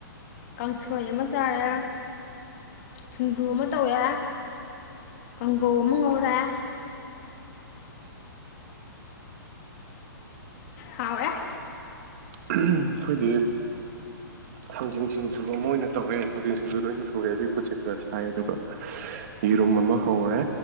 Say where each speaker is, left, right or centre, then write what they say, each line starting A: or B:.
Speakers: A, on the left (about 45°); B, on the right (about 50°).
A: ꯀꯥꯡꯁꯣꯏ ꯑꯃ ꯆꯥꯔꯦ ꯁꯤꯡꯖꯨ ꯑꯃ ꯇꯧꯋꯦ ꯀꯥꯡꯒꯧ ꯑꯃ ꯉꯧꯔꯦ ꯍꯥꯎꯔꯦ
B: ꯑꯩꯈꯣꯏꯗꯤ ꯊꯥꯡꯖꯤꯡ ꯊꯤꯡꯁꯨꯨꯕ ꯑꯃꯣꯏ ꯑꯣꯏꯅ ꯇꯧꯔꯦ ꯊꯥꯡꯖꯤꯡ ꯁꯤꯡꯁꯨ ꯂꯣꯏꯅ ꯁꯨꯔꯦ ꯑꯗꯨꯒꯤ ꯈꯨꯠꯁꯦ ꯈꯔ ꯁꯥꯏ ꯑꯗꯨꯒ ꯂꯨꯝ ꯑꯃ ꯍꯧꯔꯦ